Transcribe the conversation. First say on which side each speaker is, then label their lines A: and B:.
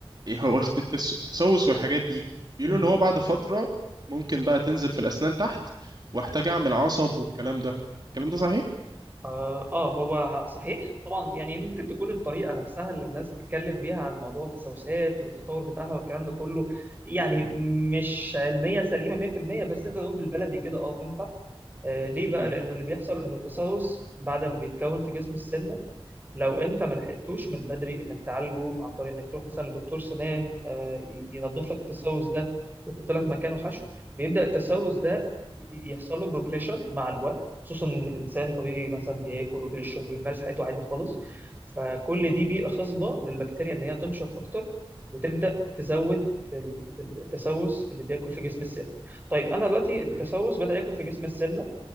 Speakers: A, on the right; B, on the right.
A: إيه هو <laughs> التس- التسوس والحاجات دي بيقولوا
B: أمم.
A: ان هو بعد فتره ممكن بقى تنزل في الاسنان تحت واحتاج اعمل عصب والكلام ده الكلام ده صحيح
B: آه آه، هو صحيح طبعا يعني ممكن تكون الطريقة نفسها اللي الناس بتتكلم بيها عن موضوع التسوسات والتطور بتاعها والكلام ده كله يعني مش علمية سليمة 100% بس نقدر نقول بالبلدي كده آه تنفع آه، ليه بقى
A: امم
B: لانه اللي بيحصل انه التسوس بعد ما بيتكون في جسم السنه لو انت ما لحقتوش من بدري انك تعالجه عن طريق انك تروح مثلا لدكتور سنان آه، ينظف لك التسوس ده ويحط لك مكانه حشو
A: امم
B: بيبدا التسوس ده يحصل له بروجريشن مع الوقت خصوصا ان الانسان طبيعي مثلا بياكل وبيشرب وبيمارس حياته عادي خالص فكل
A: امم
B: دي بيئه خصبه للبكتيريا ان هي تنشط اكتر وتبدا تزود في التسوس اللي بياكل في جسم السن. طيب انا دلوقتي التسوس
A: امم
B: بدا ياكل في جسم السن